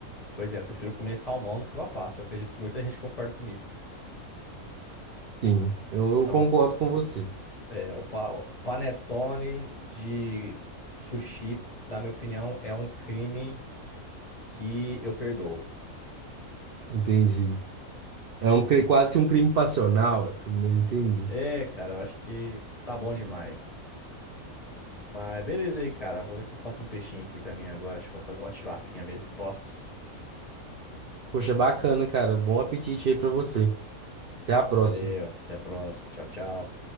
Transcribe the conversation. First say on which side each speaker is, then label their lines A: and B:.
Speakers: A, on the left; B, on the right.
A: Pois é, eu prefiro comer salmão do que uva passa. Eu acredito que muita gente concorda comigo.
B: Sim, eu, eu
A: Então,
B: concordo com você.
A: É, o pa- o panetone de sushi, na minha opinião, é um crime que eu perdoo.
B: Entendi. É um, cri- quase que um crime passional, assim, né? Entendi.
A: É, cara, eu acho que tá bom demais. Mas beleza aí, cara. Vou ver se eu faço um peixinho aqui pra mim agora. Acho que eu vou fazer uma tilapinha mesmo em postes.
B: Poxa, bacana, cara. Bom apetite aí pra você. Até a próxima.
A: Valeu, até a próxima. Tchau, tchau.